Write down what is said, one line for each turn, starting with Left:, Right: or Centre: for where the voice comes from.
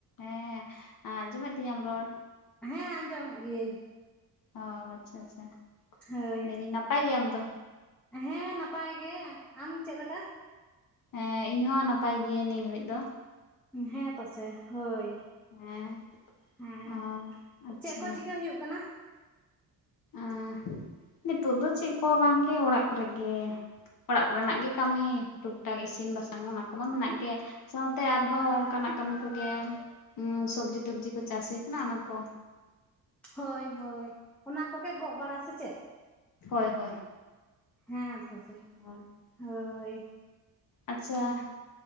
Left: ᱦᱮᱸ ᱟᱡᱚᱢᱮᱫ ᱛᱤᱧᱟᱢ ᱨᱚᱲ?
Centre: ᱦᱮᱸ ᱟᱸᱡᱚᱢᱮᱫ ᱜᱤᱭᱟᱹᱧ
Left: ᱚ ᱟᱪᱪᱷᱟ ᱟᱪᱪᱷᱟ
Centre: ᱦᱳᱭ
Left: ᱞᱟᱹᱭᱫᱟᱹᱧ ᱱᱟᱯᱟᱭ ᱜᱮᱭᱟᱢ ᱛᱚ
Centre: ᱦᱮᱸ ᱱᱟᱯᱟᱭ ᱜᱮ ᱾ ᱟᱢ ᱪᱮᱫ ᱞᱮᱠᱟ?
Left: ᱦᱮᱸ ᱤᱧ ᱦᱚ ᱱᱟᱯᱟᱭ ᱜᱮᱤᱭᱟᱹᱧ ᱱᱤᱭᱟᱹ ᱜᱷᱟᱹᱲᱤᱡ ᱫᱚ
Centre: ᱦᱮᱸ ᱛᱚ ᱥᱮ ᱦᱳᱭ
Left: ᱦᱮᱸ
Centre: ᱦᱮᱸ
Left: ᱚ ᱟᱪᱪᱷᱟ
Centre: ᱪᱮᱫ ᱠᱚ ᱪᱤᱠᱟᱹ ᱦᱩᱭᱩᱜ ᱠᱟᱱᱟ
Left: ᱦᱮ ᱱᱤᱛᱚᱜ ᱫᱚ ᱪᱮᱫ ᱠᱚ ᱵᱟᱝᱜᱮ ᱚᱲᱟᱜ ᱠᱚᱨᱮ ᱜᱮ ᱚᱲᱟᱜ ᱠᱚᱨᱮᱱᱟᱜ ᱜᱮ ᱠᱟᱹᱢᱤ ᱴᱩᱠ ᱴᱟᱠ ᱤᱥᱤᱱ ᱵᱟᱥᱟᱝ ᱚᱱᱟ ᱠᱚᱢᱟ ᱢᱮᱱᱟᱜ ᱜᱮ ᱥᱟᱶᱛᱮ ᱟᱨᱦᱚᱸ ᱚᱱᱠᱟᱱᱟᱜ ᱠᱟᱹᱢᱤ ᱠᱚᱜᱮ ᱥᱚᱵᱽᱡᱤ ᱴᱚᱵᱡᱤ ᱠᱚ ᱪᱟᱥ ᱠᱟᱱᱟ ᱚᱱᱟᱠᱚ
Centre: ᱦᱳᱭ ᱦᱳᱭ ᱚᱱᱟ ᱠᱚᱜᱮ ᱜᱚᱜ ᱵᱟᱲᱟ ᱥᱮ ᱪᱮᱫ
Left: ᱦᱳᱭ ᱦᱳᱭ
Centre: ᱦᱮᱸ ᱛᱟᱥᱮ
Left: <inaudible>
Centre: ᱦᱳᱭ
Left: ᱟᱪᱪᱷᱟ
Centre: ᱦᱮᱸ